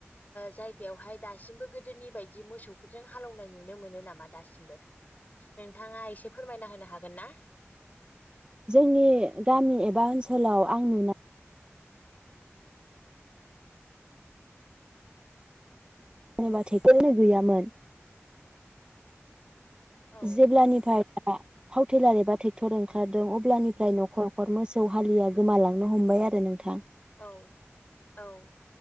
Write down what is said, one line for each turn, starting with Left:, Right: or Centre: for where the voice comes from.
Left: जायगायावहाय दासिमबो गोदोनि बायदि मोसौफोरजों हालेवनाय नुनो मोनो नामा दासिमबो नोंथाङा एसे फोरमायना होनो हागोन ना?
Right: जोंनि गामि एबा ओनसोलाव आं नुना जेनेबा थेकेलनो गैयामोन।
Left: औ
Right: जेब्लानिफाय बा थाव थेलार एबा टेक्टर ओंखारदों अब्लानिफ्राय नखर नखर मोसौ हालिया गोमालांनो हमबाय आरो नोंथां।
Left: औ औ।